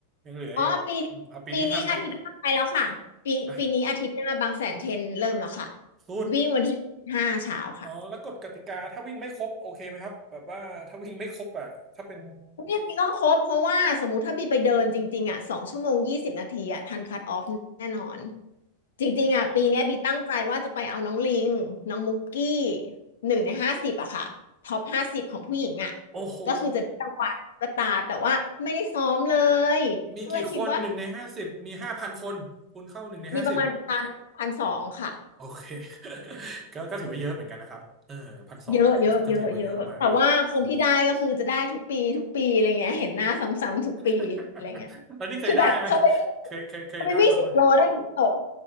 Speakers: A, on the right; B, on the left.
A: ยังเหลืออีกอืมเอาปีนี้ทันไหม
B: อ๋อปีปีนี้อาทิตย์หน้าไปแล้วค่ะปีปีนี้อาทิตย์หน้าบางแสนเทรนเริ่มแล้วค่ะ
A: อ่ะสู้
B: วิ่งวันที่ห้าเช้าค่ะ
A: อ๋อแล้วกฎกติกาถ้าวิ่งไม่ครบโอเคไหมครับแบบว่าถ้าวิ่งไม่ครบอ่ะถ้าเป็น
B: ยังไงก็ครบเพราะว่าสมมุติถ้าบีไปเดินจริงๆอ่ะสองชั่วโมงยี่สิบนาทีอ่ะทันคัทออฟแน่นอนจริงๆอ่ะปีเนี้ยบีตั้งใจว่าจะไปเอาน้องลิงน้องมุกกี้
A: เอ่อ
B: หนึ่งในห้าสิบอะค่ะท็อปห้าสิบของผู้หญิงอ่ะ
A: โอ้โห
B: ก็คือจะได้รางวัลตุ๊กตาแต่ว่าไม่ได้ซ้อมเลยก็เลยคิดว่า
A: มีกี่คนหนึ่งในห้าสิบมีห้าพันคนคูณเข้าหนึ่งในห้าสิบ
B: มีประมาณพันพันสองค่ะ
A: โอเค <laughs> ก็ก็ถือว่าเยอะเหมือนกันนะครับเออพันสองก็ก็ถือว่าเยอะมากนะ
B: เยอะเยอะเยอะเยอะแต่ว่าคนที่ได้ก็คือจะได้ทุกปีทุกปีอะไรเงี้ยเห็นหน้าซ้ำๆทุกปีอะไรเงี้ย
A: <laughs> แล้วนี่เคยได้ไหม
B: คือแบบเธอไป
A: เคยเคยเคยได้มาไหม
B: เธอไปวิ่งสิบโลได้ไหมโต